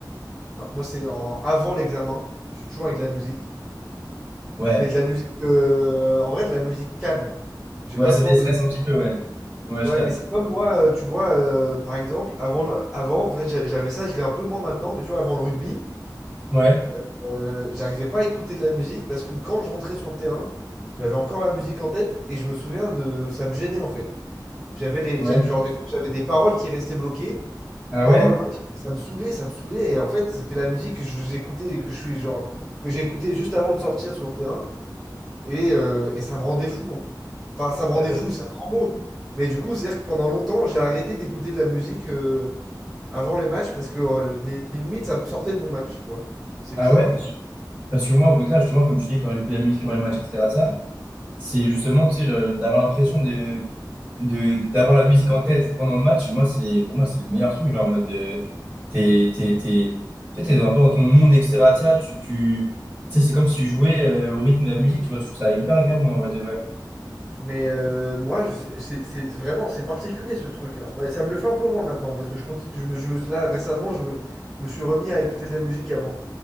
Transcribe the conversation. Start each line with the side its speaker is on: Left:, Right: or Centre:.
Centre: Ah, moi, c'est en- avant l'examen. Je suis toujours avec de la musique.
Right: Ouais,
Centre: Mais de la musique, euh, en vrai, de la musique calme. J'ai
Right: ouais,
Centre: pas
Right: ça
Centre: besoin
Right: déstresse
Centre: de,
Right: un petit peu, ouais. Ouais,
Centre: Ouais,
Right: je capte.
Centre: mais c'est comme moi, euh, tu vois, euh, par exemple, avant, le- avant, en fait, j'a- j'avais ça, je l'ai un peu moins maintenant, mais tu vois, avant le rugby,
Right: Ouais,
Centre: euh, euh, j'arrivais pas à écouter de la musique parce que quand je rentrais sur le terrain, j'avais encore la musique en tête et je me souviens de, ça me gênait en fait. J'avais les,
Right: ouais.
Centre: j'a- genre des fois, j'avais des paroles qui restaient bloquées
Right: Ah
Centre: pendant
Right: ouais?
Centre: le match, ça me saoulait, ça me saoulait et en fait, c'était la musique que je- j'écoutais et que je suis genre que j'ai écouté juste avant de sortir sur le terrain. Et, euh, et ça me rendait fou. hein. Enfin, ça me rendait
Right: Ouais, parce-
Centre: fou, c'est un grand mot. Mais du coup, c'est-à-dire que pendant longtemps, j'ai arrêté d'écouter de la musique euh, avant les matchs parce que euh, limite, ça me sortait de mon match, tu vois. C'est
Right: Ah
Centre: bizarre,
Right: ouais,
Centre: hein.
Right: parce que Parce que moi, au contraire, justement, comme tu dis, quand j'écoute la musique avant les matchs, etc., de ça, c'est justement, tu sais, je- d'avoir l'impression de, de, d'avoir la musique en tête pendant le match. Moi, c'est, pour moi, c'est le meilleur truc, genre, en mode, de, t'es, t'es, t'es, tu sais, t'es un peu dans ton monde, etc., de ça, tu, tu, tu sais, c'est comme si tu jouais euh, au rythme de la musique, tu vois, je trouve ça hyper agréable, moi, en vrai de vrai.
Centre: Mais euh, moi, je- c'est c'est vraiment, c'est particulier ce truc. hein. Ouais, ça me le fait un peu moins maintenant parce que je continue, je me, je me, là récemment, je me, je me suis remis à écouter de la musique avant.